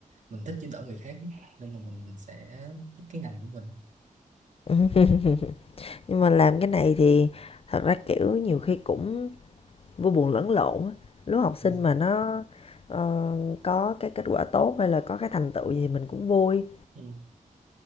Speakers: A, on the right (about 65°); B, on the left (about 45°).
A: mình thích giúp đỡ người khác nên là mình, mình sẽ thích cái ngành của mình
B: ừ. nhưng mà làm cái này thì thật ra kiểu nhiều khi cũng vui buồn lẫn lộn á lúc học sinh
A: ừ.
B: mà nó ờ, có cái kết quả tốt hay là có cái thành tựu gì mình cũng vui
A: Ừ.